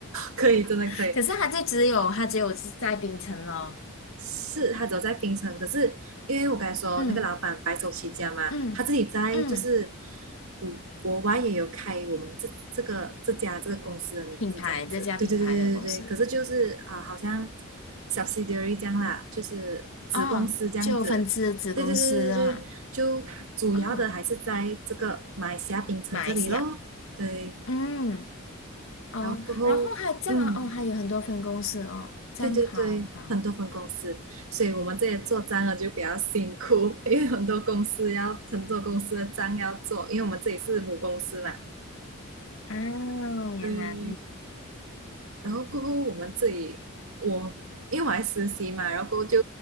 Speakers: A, on the right; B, on the left.
A: 可以，真的可以。
B: <laughs> 可是他就只有，他只有是在槟城咯。
A: 是他只有在槟城，可是因为我刚才说那个老板白手起家嘛，
B: 嗯。嗯嗯，
A: 他自己在就是国国外也有开我们这这个这家这个公司的名字这样子，
B: 品牌这家品牌的公司
A: 对对对对对对，可是就是啊、呃好像 subsidiary 这样啦，就是子公司这样子，
B: 啊，就分支子公司啊，
A: 对对对对对，就主要的还是在这个马来西亚槟城这里咯，
B: 嗯，马来西亚，
A: 对，
B: 嗯哦，
A: 然后过后嗯，
B: 然后还这样啊哦，还有很多分公司哦，这样好好
A: 对对对，很多分公司，所以我们这些做账的就比较辛苦，<laughs> 因为很多公司要很多公司的账要做，因为我们这里是母公司嘛，
B: 啊，原来
A: 嗯，然后过后我们这里我因为我还实习嘛，然后过后就